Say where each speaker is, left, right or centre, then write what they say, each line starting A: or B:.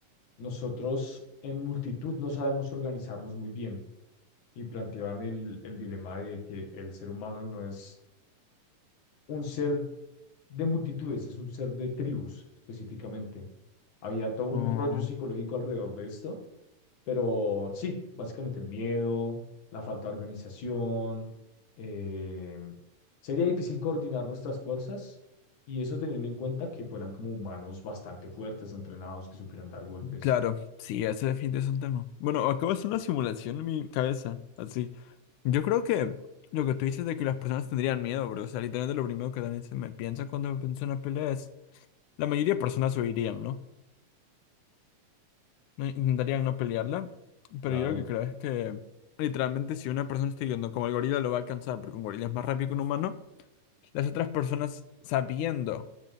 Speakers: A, on the left (about 60°); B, on the left (about 75°).
A: nosotros en multitud no sabemos organizarnos muy bien. y planteaban el, el dilema de que el ser humano no es un ser de multitudes, es un ser de tribus específicamente. Había todo un
B: Oh,
A: rollo psicológico alrededor de esto, pero sí, básicamente el miedo, la falta de organización, eh, sería difícil coordinar nuestras fuerzas y eso teniendo en cuenta que fueran como humanos bastante fuertes, entrenados, que supieran dar golpes,
B: claro, sí, ese definitivamente es un tema. Bueno, acabo de hacer una simulación en mi cabeza, así. Yo creo que lo que tú dices de que las personas tendrían miedo, bro. O sea, literalmente lo primero que también se me piensa cuando pienso en una pelea es, la mayoría de personas huirían, ¿no? No- Intentarían no pelearla, pero
A: claro.
B: yo lo que creo es que literalmente si una persona está yendo como el gorila lo va a alcanzar, porque un gorila es más rápido que un humano. las otras personas sabiendo